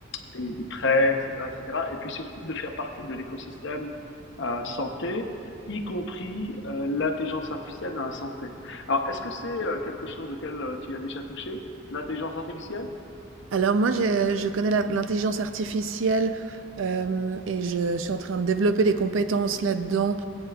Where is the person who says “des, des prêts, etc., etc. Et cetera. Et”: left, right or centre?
Left